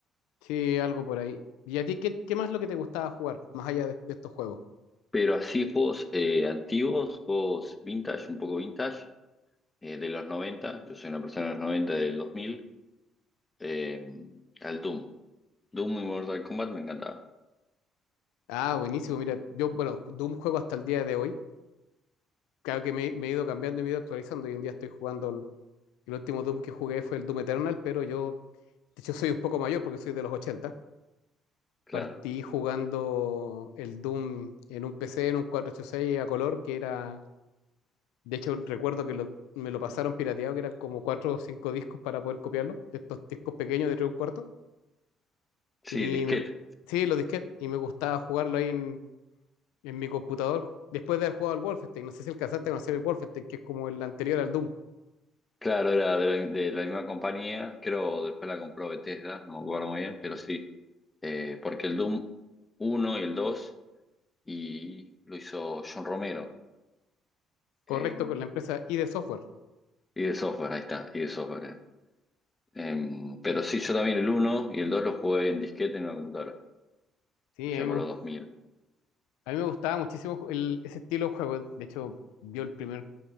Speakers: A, on the left; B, on the left.
A: Sí, algo por ahí. ¿Y a ti qué, qué más es lo que te gustaba jugar, más allá de, de estos juegos?
B: Pero así juegos eh, antiguos, juegos vintage, un poco vintage, eh, de los 90. yo soy una persona de los 90 del 2000, eh, al Doom. Doom y Mortal Kombat me encantaba,
A: Ah, buenísimo. Mira, yo, bueno, Doom juego hasta el día de hoy. Claro que me, me he ido cambiando y me he ido actualizando. Hoy en día estoy jugando, el, el último Doom que jugué fue el Doom Eternal, pero yo, de hecho, soy un poco mayor porque soy de los 80.
B: claro.
A: partí jugando el Doom en un PC, en un 486 a color, que era, de hecho recuerdo que lo- me lo pasaron pirateado, que eran como cuatro o cinco discos para poder copiarlo, de estos discos pequeños de tres y un cuarto. Y
B: Sí, disquete.
A: me- sí, los disquetes, y me gustaba jugarlo ahí en, en mi computador, después de haber jugado al Wolfenstein, no sé si alcanzaste a conocer el Wolfenstein, que es como el anterior al Doom,
B: Claro, era de la, de la misma compañía, creo después la compró Bethesda, no me acuerdo muy bien, pero sí, eh, porque el Doom uno y el 2 y lo hizo John Romero,
A: correcto,
B: eh,
A: con la empresa ID Software.
B: y de software, ahí está, y de software. Eh, pero sí, yo también el uno y el 2 lo jugué en disquete en una computadora,
A: Sí,
B: allá
A: a mí
B: por
A: me, gust-
B: los dos mil
A: a mí me gustaba muchísimo el- ese estilo de juego, de hecho, yo el primer